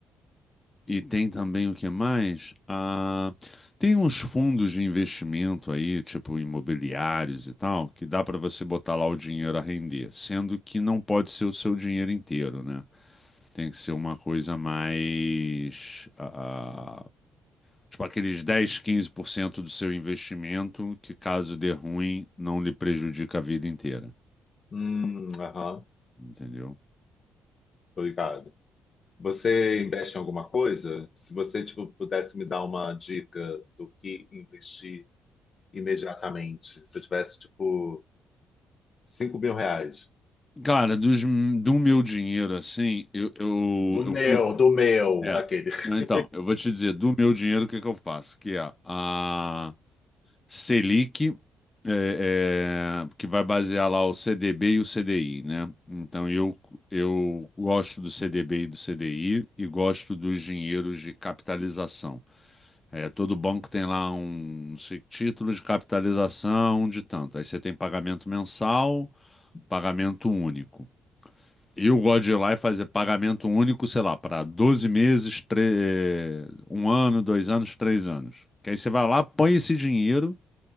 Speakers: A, on the left; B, on the left.
A: E tem também o que mais? Ah, tem uns fundos de investimento aí, tipo imobiliários e tal, que dá para você botar lá o dinheiro a render, sendo que não pode ser o seu dinheiro inteiro, né? Tem que ser uma coisa mais, ah, tipo aqueles dez quinze por cento do seu investimento, que caso dê ruim, não lhe prejudica a vida inteira,
B: Hum, aham,
A: entendeu?
B: obrigado. Você investe em alguma coisa? Se você, tipo, pudesse me dar uma dica do que investir imediatamente, se eu tivesse, tipo, cinco mil reais.
A: Cara, dos, do meu dinheiro, assim, eu, eu,
B: Do meu,
A: eu fui
B: do meu,
A: É.
B: aquele. <laughs>
A: Então, eu vou te dizer, do meu dinheiro, o que que eu faço? Que é a Selic, é, é, que vai basear lá o CDB e o CDI, né? Então, eu, eu gosto do CDB e do CDI e gosto dos dinheiros de capitalização. É, todo banco tem lá um se- título de capitalização de tanto. Aí você tem pagamento mensal, pagamento único. E eu gosto de ir lá e fazer pagamento único, sei lá, para 12 meses, tre- eh, um ano, dois anos, três anos. Que aí você vai lá, põe esse dinheiro